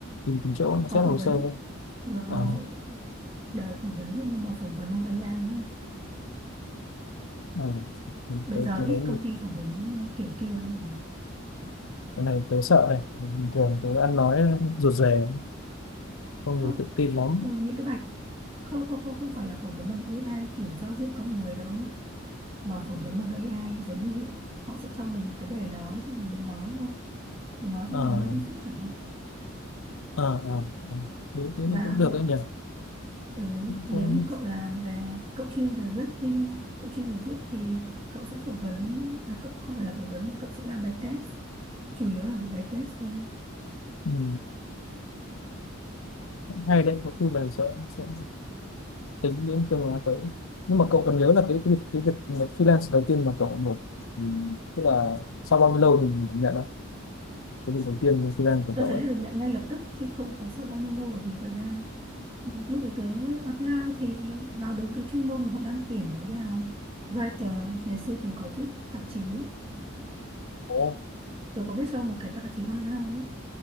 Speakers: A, on the left; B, on the right.
A: tùy từng chỗ nó
B: có
A: xét hồ
B: phỏng vấn
A: sơ thôi.
B: chứ nó
A: à,
B: đều phỏng vấn hết nhưng mà phỏng vấn bằng AI nhé
A: à,
B: bây
A: cái
B: giờ
A: cái
B: ít
A: đấy
B: công ty phỏng vấn ờ, kiểu kia rồi
A: cái này tớ sợ này bình thường tớ ăn nói rụt rè không
B: không
A: được tự tin lắm
B: ờ, những cái bạch không không không không phải là phỏng vấn bằng AI kiểu giao diện con người đâu mà phỏng vấn bằng AI giống như hiện họ sẽ cho mình một cái đề nói xong rồi mình nói thôi mình nói trong
A: ờ
B: vòng 30 phút chẳng hạn
A: ờ ờ ờ. đối tiếng
B: và
A: cũng được đấy nhỉ
B: ờ, nếu
A: Cũng-
B: như cậu làm về cậu chuyên về rating cậu chuyên về viết thì cậu sẽ phỏng vấn à, cậu không phải là phỏng vấn mà cậu sẽ làm bài test chủ yếu là về bài test thôi
A: ừ. cũng hay đấy có khi là sẽ sẽ tính đến phương án tới nhưng mà cậu cần nhớ là cái việc cái việc freelance đầu tiên mà cậu nộp thì tức là sau bao nhiêu lâu thì mình nhận đó cái việc đầu tiên freelance của
B: tôi
A: cậu
B: thấy
A: ấy
B: được nhận ngay lập tức chứ không có sau bao nhiêu lâu bởi vì thật ra lúc đấy tớ apply thì vào đúng cái chuyên môn mà họ đang tuyển đấy là writer ngày xưa tớ có viết tạp chí ấy.
A: Ồ.
B: tớ có viết cho một cái tạp chí online ấy.